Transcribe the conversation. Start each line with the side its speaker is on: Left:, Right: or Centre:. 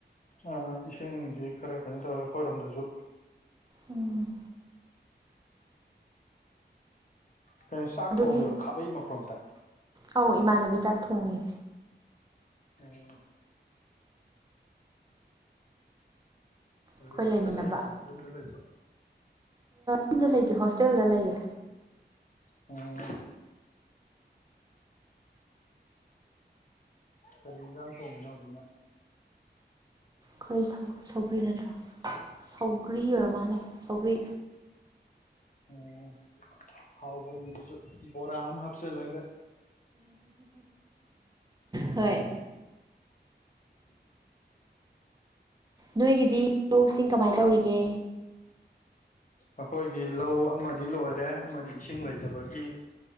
Left: ꯑ ꯑ ꯏꯁꯤꯡꯖꯤ ꯈꯔ ꯀꯩꯅꯣ ꯇꯧꯋꯦ ꯑꯈꯣꯏꯔꯣꯝꯗꯁꯨ
Right: ꯎꯝ
Left: ꯀꯩꯅꯣ ꯆꯥꯛ
Right: ꯑꯗꯨꯒꯤ
Left: ꯊꯣꯡꯉꯤꯔꯣ ꯈꯥꯕꯩ ꯃꯈꯣꯟ ꯇꯥꯏ
Right: ꯑꯧ ꯏꯃꯥꯟꯅꯕꯤ ꯆꯥꯛ ꯊꯣꯡꯉꯤ
Left: ꯑꯣ
Right: ꯑꯩꯈꯣꯏ
Left: ꯔꯦꯟꯇ
Right: ꯂꯩꯃꯤꯟꯅꯕ
Left: ꯂꯩꯔꯤꯕ ꯌꯨꯝꯗ ꯂꯩꯔꯤꯕ
Right: ꯌꯨꯝꯗ ꯂꯩꯇꯦ ꯍꯣꯁꯇꯦꯜꯗ ꯂꯩꯌꯦ
Left: ꯑꯣ ꯀꯔꯤ ꯏꯟꯖꯥꯡ ꯊꯣꯡꯉꯤꯅꯣ ꯍꯧꯖꯤꯛꯅ
Right: ꯀꯩ ꯁꯧꯒ꯭ꯔꯤ ꯅꯠꯇ꯭ꯔꯣ ꯁꯧꯒ꯭ꯔꯤ ꯑꯣꯏꯔ ꯃꯥꯜꯂꯦ ꯁꯧꯒ꯭ꯔꯤ
Left: ꯑꯣ ꯍꯥꯎꯕꯅꯤ ꯑꯗꯨꯁꯨ ꯕꯣꯔꯥ ꯑꯃ ꯍꯥꯞꯆꯤꯜꯂꯒ
Right: ꯍꯣꯏ ꯅꯣꯏꯒꯤꯗꯤ ꯂꯧꯁꯤꯡ ꯀꯃꯥꯏ ꯇꯧꯔꯤꯒꯦ
Left: ꯑꯈꯣꯏꯒꯤ ꯂꯧ ꯑꯃꯗꯤ ꯂꯣꯏꯔꯦ ꯑꯃꯗꯤ ꯏꯁꯤꯡ ꯂꯩꯇꯕꯒꯤ